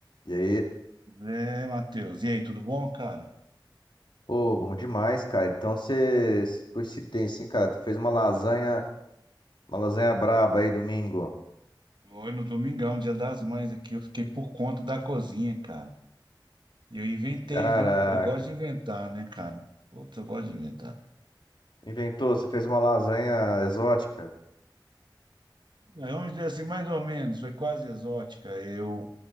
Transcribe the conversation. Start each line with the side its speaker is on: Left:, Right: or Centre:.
Left: E aí,
Right: É, Matheus. E aí, tudo bom, cara?
Left: pô, bom demais, cara. Então você, coincidência, hein, cara? Tu fez uma lasanha, uma lasanha braba aí domingo.
Right: Hoje no Domingão, Dia das Mães aqui, eu fiquei por conta da cozinha, cara. E eu inventei,
Left: Caraca,
Right: viu? Eu gosto de inventar, né, cara? Putz, eu gosto de inventar.
Left: inventou, você fez uma lasanha exótica.
Right: Aí vamos dizer assim, mais ou menos, foi quase exótica. Eu, o